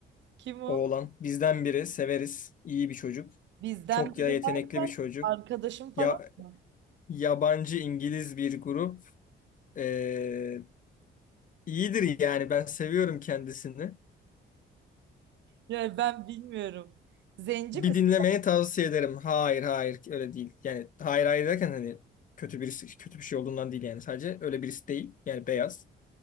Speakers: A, on the right (about 65°); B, on the left (about 40°).
A: Kim o?
B: Oğlan. Bizden biri. Severiz. İyi bir çocuk.
A: Bizden
B: Çok
A: biri
B: ya yetenekli
A: derken
B: bir çocuk.
A: arkadaşım falan
B: Ya
A: mı?
B: yabancı İngiliz bir grup. Ee, iyidir yani. Ben seviyorum kendisini.
A: Yani ben bilmiyorum. Zenci
B: Bir
A: misin?
B: dinlemeye tavsiye ederim. Hayır hayır öyle değil. Yani hayır hayır derken hani kötü birisi kötü bir şey olduğundan değil yani. Sadece öyle birisi değil. Yani beyaz.